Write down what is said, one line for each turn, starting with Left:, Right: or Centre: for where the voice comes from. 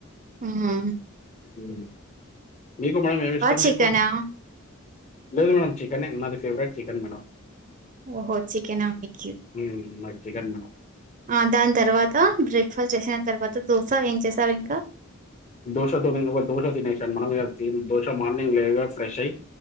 Right: ఉహు
Left: ఉమ్ మీకు మేడం ఏం ఇష్టం
Right: చికెనా
Left: మీకు? లేదు మేడం చికనే నాకు ఫవరట్ చికన్ మేడం.
Right: ఓహో చికెనా మీకి
Left: ఉమ్ నాకు చికన్ మేడం.
Right: ఆ దాని తర్వాత బ్రేక్ఫాస్ట్ చేసిన తర్వాత దోశ ఏం చేసారు ఇంకా?
Left: దోశతో నేను దోశ చేశాను మేడం, దోశ మార్నింగ్ లేవగా ఫ్రెష్ అయి